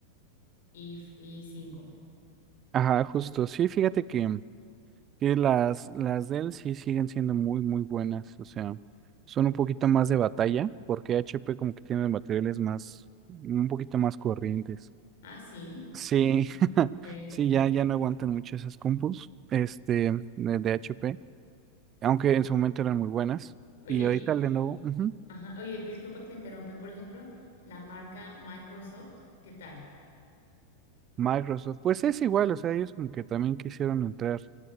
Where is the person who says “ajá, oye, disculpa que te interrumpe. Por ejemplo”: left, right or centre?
Left